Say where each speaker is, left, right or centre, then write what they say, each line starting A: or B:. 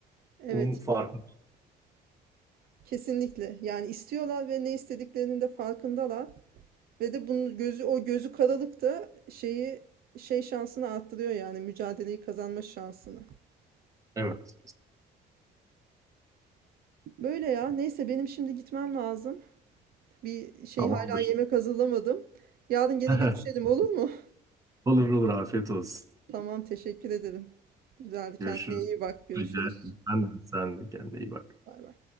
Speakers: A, on the right; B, on the right.
A: Evet,
B: Bunun farkı.
A: kesinlikle. Yani istiyorlar ve ne istediklerinin de farkındalar. Ve de bunun gözü o gözü karalık da şeyi şey şansını arttırıyor yani mücadeleyi kazanma şansını.
B: Evet.
A: Böyle ya. Neyse benim şimdi gitmem lazım. Bir şey
B: Tamamdır.
A: hala yemek hazırlamadım. Yarın gene
B: <laughs>
A: görüşelim olur mu?
B: Olur olur afiyet olsun.
A: Tamam teşekkür ederim. Güzeldi. Kendine
B: Görüşürüz.
A: iyi bak. Görüşürüz.
B: Rica ederim. Sen de, sen de kendine iyi bak.
A: Bay bay.